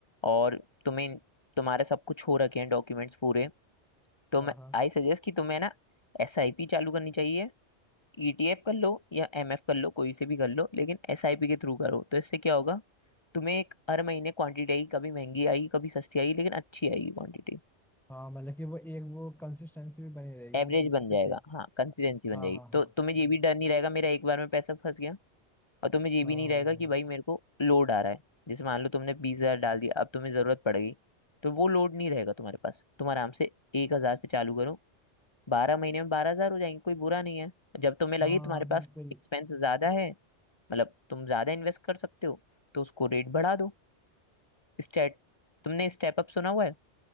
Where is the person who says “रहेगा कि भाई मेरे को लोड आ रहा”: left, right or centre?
Left